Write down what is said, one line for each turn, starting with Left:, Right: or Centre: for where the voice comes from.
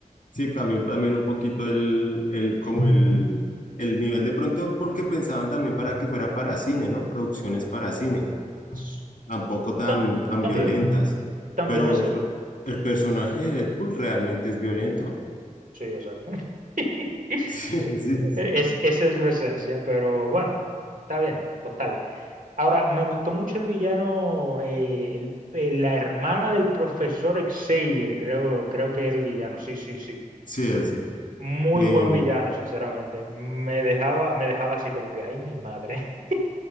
Left: Sí, cambió un- también un poquito el, el, como el, el nivel de pronto, porque pensaban también para que fuera para cine, ¿no? Producciones para cine,
Right: S-
Left: tampoco tan,
Right: ta-
Left: tan
Right: También,
Left: violentas.
Right: también
Left: Pero
Right: es cierto.
Left: re- el personaje de Deadpool realmente es violento. <laughs>
Right: Sí, exacto. <laughs>
Left: Sí, sí,
Right: E-, Es, esa es su esencia, pero bueno, está bien, total. Ahora, me gustó mucho el villano, eh, el- eh, la hermana del profesor Xavier, creo, creo que era el villano, sí, sí, sí.
Left: sí. es- sí.
Right: Muy
Left: eh,
Right: buen villano, sinceramente. Me dejaba, me dejaba así como que, ay, mi madre. <laughs>